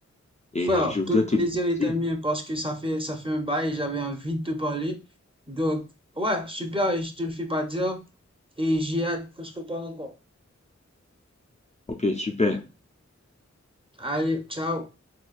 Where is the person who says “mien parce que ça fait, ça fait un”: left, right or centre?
Right